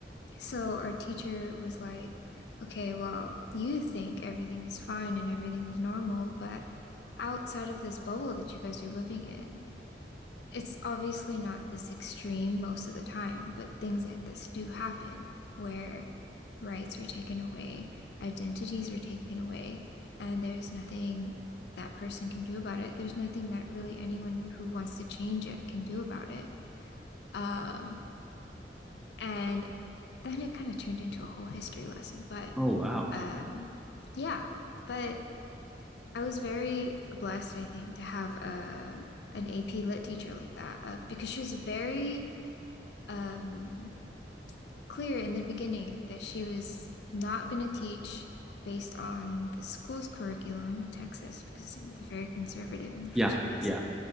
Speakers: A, on the left; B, in the centre.
A: so our teacher was like, okay, well, you think everything is fine and everything is normal, but outside of this bubble that you guys are living in, it's obviously not this extreme most of the time, but things like this do happen where rights are taken away, identities are taken away, and there's nothing that person can do about it. There's nothing that really anyone who wants to change it can do about it. Um, and then it kind of turned into a whole history lesson. But
B: Oh wow.
A: um, yeah, but I was very blessed, I think, to have a an AP Lit teacher like that uh, because she was very um, clear in the beginning that she was not going to teach based on the school's curriculum in Texas because you know they're very conservative in the
B: Yeah,
A: first place.
B: yeah.